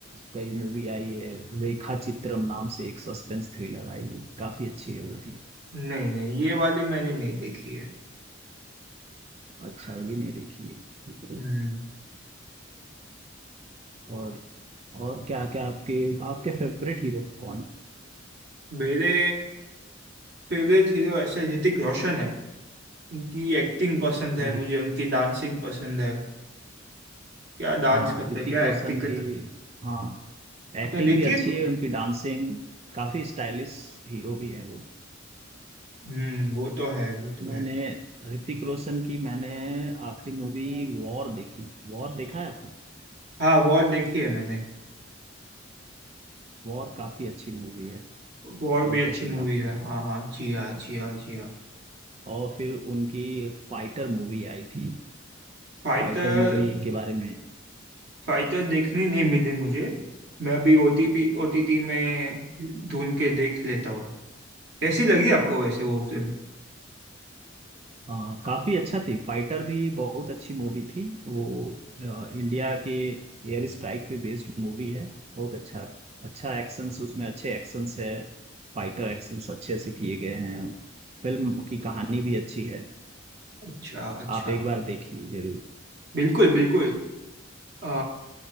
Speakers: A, on the right (about 30°); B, on the right (about 55°).
A: कई मूवी आई है रेखा चित्रम नाम से एक सस्पेंस थ्रिलर आई है काफी अच्छी है वो भी
B: नहीं नहीं ये वाली मैंने नहीं देखी है
A: अच्छा ये नहीं देखी है चलिए।
B: हम्म
A: और और क्या क्या आपके आपके फेवरेट हीरो कौन
B: मेरे फेवरेट हीरो ऐसे ऋतिक रोशन है उनकी एक्टिंग पसंद है
A: है
B: मुझे उनकी डांसिंग पसंद है क्या डांस
A: हाँ
B: करते
A: ऋतिक
B: हैं क्या
A: रोशन
B: एक्टिंग करते
A: की
B: हैं।
A: हाँ
B: आपने
A: एक्टिंग
B: देखी
A: भी अच्छी
B: है?
A: है उनकी डांसिंग काफी स्टाइलिश हीरो भी है वो
B: हम्म वो तो है वो तो
A: मैंने
B: है
A: ऋतिक रोशन की मैंने आखिरी मूवी वॉर देखी वॉर देखा है आपने
B: हाँ वॉर देखी है मैंने
A: वॉर काफी अच्छी मूवी है
B: वॉर
A: बहुत
B: भी अच्छी
A: पसंद
B: मूवी
A: आती
B: है
A: है मुझे
B: हाँ जी हाँ जी हाँ जी हाँ
A: और फिर उनकी फाइटर मूवी आई थी
B: फाइटर
A: फाइटर मूवी के बारे में
B: फाइटर देखनी नहीं मिली मुझे मैं अभी ओटीपी ओटीटी में ढूंढ के देख लेता हूँ कैसी लगी आपको वैसे वो फिल्म
A: आ, काफी अच्छा थी फाइटर भी बहुत अच्छी मूवी थी वो आ, इंडिया के एयर स्ट्राइक पे बेस्ड मूवी है बहुत अच्छा अच्छा एक्शंस उसमें अच्छे एक्शंस है फाइटर एक्शंस अच्छे से किए गए हैं फिल्म की कहानी भी अच्छी है
B: अच्छा अच्छा
A: आप एक बार देखिए जरूर
B: बिल्कुल बिल्कुल आ,